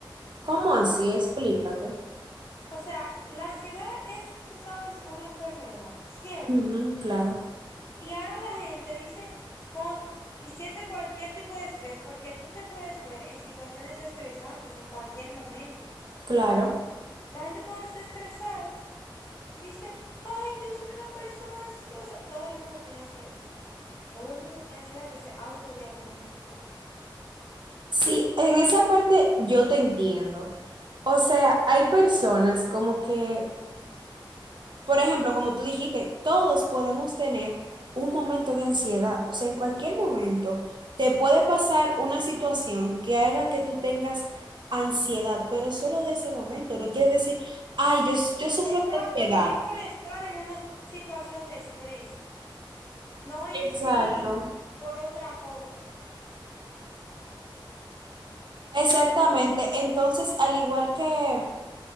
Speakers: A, on the right; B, on the left.
A: ¿Cómo así? Explícate.
B: O sea, la ansiedad es, tú sabes, una enfermedad, ¿cierto?
A: Ujú, claro,
B: Y ahora la gente dice, cuando t- siente cualquier tipo de estrés, porque tú te puedes ver en situaciones estresantes en cualquier momento.
A: claro.
B: La gente cuando está estresada dice, ay, yo soy una persona ansiosa. Todo el mundo tiene ansiedad. Todo el mundo tiene ansiedad que se autodiagnosticó.
A: Sí, en esa parte yo te entiendo. O sea, hay personas como que, por ejemplo, como tú dijiste, todos podemos tener un momento de ansiedad. O sea, en cualquier momento te puede pasar una situación que haga que tú tengas ansiedad, pero solo de ese momento. No quiere decir, ay, yo, yo sufro
B: Exacto,
A: de ansiedad.
B: y es por estar en una situación de estrés, no en
A: Exacto.
B: sí por otra cosa.
A: Exactamente. Entonces, al igual que